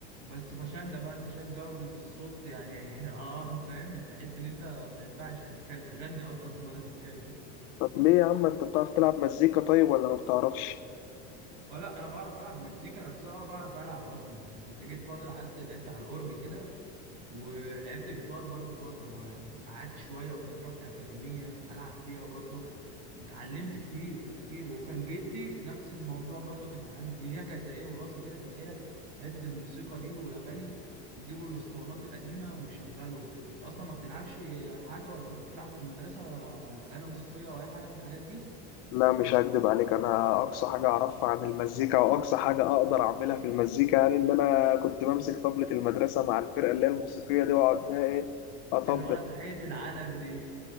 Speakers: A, on the right; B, on the left.
A: بس فشلنا بقى انت شايف جوده الصوت يعني <laughs> اه فاهم تحس ان انت ما ينفعش تتكلم تغني اصلا ولا تتكلم
B: طب ليه يا عم انت بتعرف تلعب مزيكا طيب ولا ما بتعرفش
A: اه لا انا بعرف العب مزيكا نفسها بعرف العب اصلا يعني كنت جيت فتره قعدت لعبت على الاورج كده ولعبت جيتار برضو فترة يعني قعدت شوية وكنت رحت أكاديمية ألعب فيها برضو واتعلمت كتير كتير وكان جدي نفس الموضوع برضو كانت عندي فيه. هي كانت زي إيه وراثة كده في العيلة حتة الموسيقى دي والأغاني يجيبوا الأسطوانات القديمة ويشغلوا وكده أنت أصلا ما بتلعبش حاجة ولا كنت بتلعب في المدرسة آلة موسيقية أو أي حاجة من الحاجات دي
B: لا مش هكدب عليك انا اقصى حاجه اعرفها عن المزيكا او اقصى حاجه اقدر اعملها في المزيكا يعني ان انا كنت بمسك طبلة المدرسه مع الفرقه اللي هي الموسيقيه دي واقعد بقى ايه اطبل
A: اللي هو تحية العالم دي